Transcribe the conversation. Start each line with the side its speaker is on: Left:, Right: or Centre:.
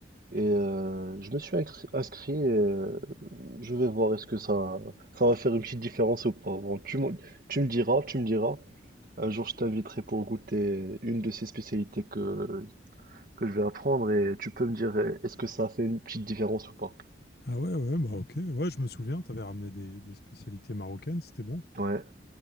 Right: Et euh, je me suis inscri- inscrit. euh, je vais voir est-ce que ça, ça va faire une petite différence ou pas. Bon, tu me, tu me diras, tu me diras. Un jour, je t'inviterai pour goûter une de ces spécialités que, que je vais apprendre et tu peux me dire euh, est-ce que ça a fait une petite différence ou pas.
Left: Ah ouais, ouais, bah ok. Ouais, je me souviens, t'avais ramené des, des spécialités marocaines, c'était bon.
Right: Ouais,